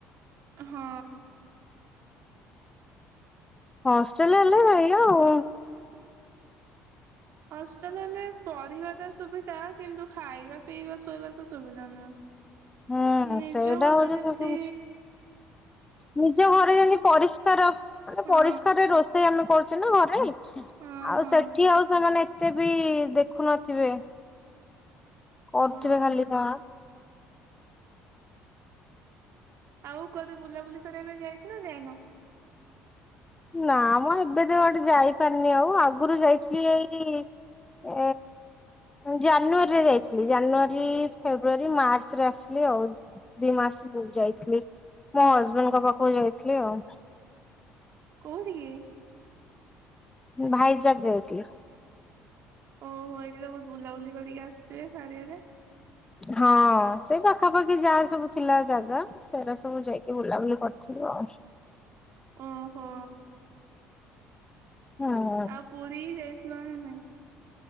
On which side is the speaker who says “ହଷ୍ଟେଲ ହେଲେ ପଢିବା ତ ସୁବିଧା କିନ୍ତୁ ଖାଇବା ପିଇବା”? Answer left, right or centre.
Right